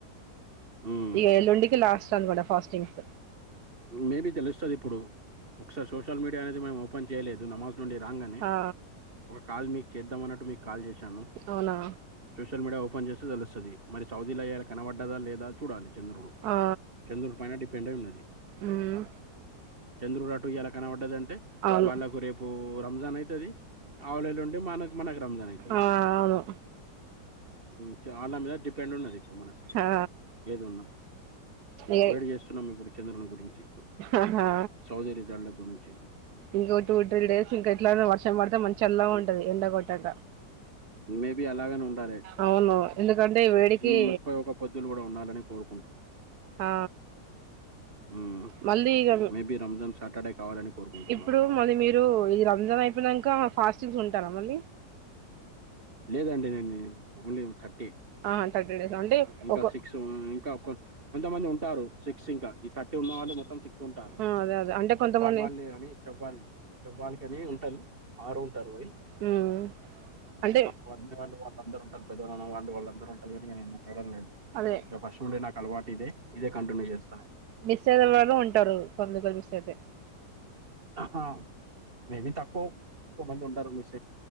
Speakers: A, on the right; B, on the right.
A: హ్మ్.
B: ఇగ ఎల్లుండికి లాస్ట్ అన్నమాట ఫాస్టింగ్స్
A: మే బి తెలుస్తది ఇప్పుడు ఒకసారి సోషల్ మీడియా అనేది మేము పంచేయలేదు నమాస్ నుండి రాంగనే
B: ఆ
A: కాల్ మీకు చేద్దామన్నట్టు మీక్ కాల్ చేశాను
B: అవునా
A: సోషల్ మీడియా ఓపెన్ చేస్తే తెలుస్తది మరి సౌదిల ఇయాల కనపడ్డదా లేదా చూడాలి చంద్రుడు
B: ఆ
A: చంద్రుడు పైన డిప్ పెండే ఉన్నది
B: మ్మ్
A: చంద్రుడు అటు ఇయాల కనపడ్డదంటే
B: అవును
A: వాళ్ళకు రేపు రంజాన్ అయితది ఆవులెల్లుండి మనకు మనకు రంజాన్ అయితది
B: ఆ అవును
A: మ్మ్ ఆళ్ళ మీద డిపెండ్ ఉన్నది ఇప్పుడు మనకు
B: ఆ
A: ఏది ఉన్నా
B: ఏ
A: వేడి చేస్తున్నాం ఇప్పుడు చంద్రుని గురించి
B: ఆహా
A: సౌదిరి దాన్ల గురించి
B: ఇంకో టూ త్రీ డేస్ ఇంకా ఎట్లా వర్షం పడితే మంచిల్లా ఉంటది ఎండ కొట్టక
A: మేబి అలాగనే ఉండాలి
B: అవును ఎందుకంటే ఈ వేడికి
A: మ్మ్ ముప్పై ఒక పద్దులు కూడా ఉండాలని కోరు
B: ఆ
A: హ్మ్.
B: మళ్ళీ ఇగ
A: మేబీ రంజాన్ సాటర్డే కావాలని కోరుకుంటున్నాం.
B: ఇప్పుడు మళ్ళీ మీరు ఇది రంజాన్ అయిపోయినంక ఫాస్టింగ్స్ ఉంటా టారా మళ్ళీ
A: లేదండి నేన్ని అమూల్యం థర్టీ
B: ఆహా థర్టీ డేస్ అంటే
A: ఇంకా
B: ఒక
A: సిక్స్ మ్ ఇంకా కొ కొంతమంది ఉంటారు. సిక్స్ ఇంకా ఈ థర్టీ ఉన్నవాళ్ళు మొత్తం సిక్స్ ఉంటారు.
B: ఆ అదే అదే అంటే కొంతమంది
A: చెవవాళు సేప్పాలి, అని సేప్పాలి సేప్పాలికని ఉంటావ్ ఆరు ఉంటారు. వై
B: మ్మ్
A: <unintelligible>
B: అంటే
A: <unintelligible> అందరు ఉంటారు వాళ్ళు వాళ్ళందరూ ఉంటారు కాని ఇగ నేను అడగలేను లేదు
B: అదే
A: ఇగ ఫస్ట్ నుండి నాకు అలవాటు ఇదే ఇదే కంటిన్యూ చేస్తాను
B: మిస్ అయిన వాళ్ళు ఉంటారు కొందరు మిస్ అయితే
A: ఆహా మేబీ తకౌవ్ కో మంది ఉంటారు మిస్స్